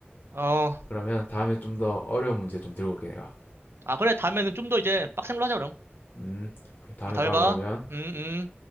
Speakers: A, on the right (about 80°); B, on the left (about 55°).
A: 어,
B: 그러면 다음에 좀 더 어려운 문제 좀 들고 올게 내가.
A: 아, 그래, 다음에는 좀 더 이제 빡센 걸로 하자, 그럼.
B: 음, 다음에
A: 음, 다음에
B: 봐
A: 봐.
B: 그러면.
A: 음, 음.